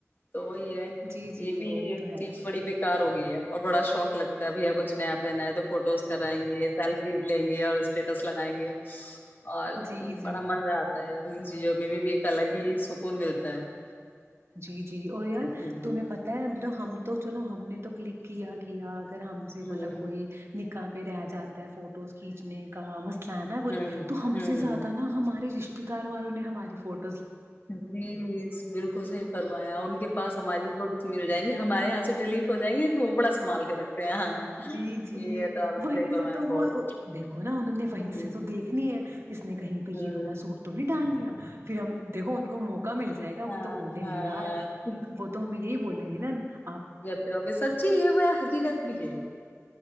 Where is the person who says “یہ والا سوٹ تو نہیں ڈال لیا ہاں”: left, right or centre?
Right